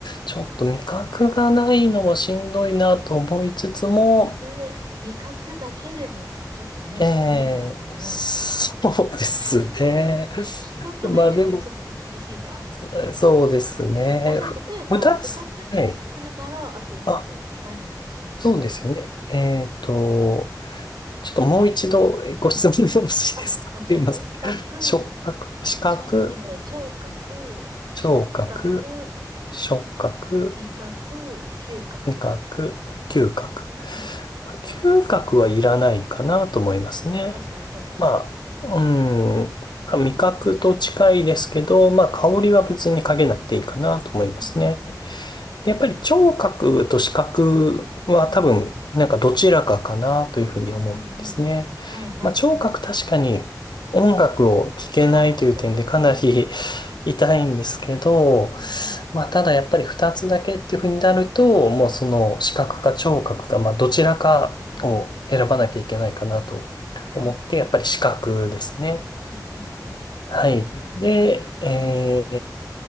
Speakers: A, on the left (about 90°); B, on the right (about 70°).
A: ちょっと味覚がないのもしんどいなと思いつつも、
B: で、味覚だけでも、ちょっとね、
A: ええ、
B: 無理ですもんね。
A: <laughs> そうですね。
B: <laughs> 一つだけってちょっと厳しいか。
A: <laughs> まあでも、えそうですねまあでもそうですねふ二つ。
B: あ、じゃあ、例えば、二つにするなら、
A: はい。
B: あと一個、
A: あ、
B: 何にしますうん
A: そうですよね。えっと、ちょっともう一度ご質問よろしいですかすいません。
B: うん。あ、もちろん、視覚、
A: 触覚、視覚、
B: ちょ、えー聴覚、触覚、
A: 聴覚、触覚、
B: 味覚、嗅覚です。
A: 味覚、嗅覚。
B: うんうん。
A: まあ嗅覚はいらないかなと思いますね。
B: うんうん、確かに、確かに。
A: まあ、うん、まあ味覚と近いですけど、まあ香りは別にかけなくていいかなと思いますね。
B: うん。うんうんうん
A: でやっぱり聴覚と視覚は多分なんかどちらかかなというふうに思うんですね。
B: うん。うん。うんうんうん。はいはいはい。
A: まあ聴覚確かに音楽を聴けないという点でかなり
B: いやー、そうですよ。<laughs>
A: 痛いんですけど、
B: うんうん。
A: まあ、ただやっぱり二つだけっていうふうになると、もうその視覚か聴覚か、
B: うん。
A: まあ、どちらかを選ばなきゃいけないかなと思って、
B: うん。はいはいはい。
A: やっぱり視覚ですね。
B: うんうんうん。
A: はい。で、え